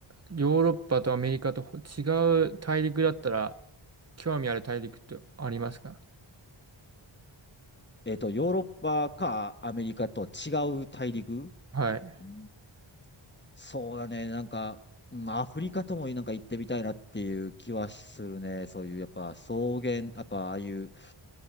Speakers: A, on the right (about 30°); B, on the left (about 20°).
A: ヨーロッパとアメリカとほ違う大陸だったら、興味ある大陸ってありますか
B: えっと、ヨーロッパかアメリカと違う大陸
A: はい。
B: うんそうだね、なんか、うんアフリカともなんか行ってみたいなっていう気はするね。そういう、やっぱ草原、やっぱああいう、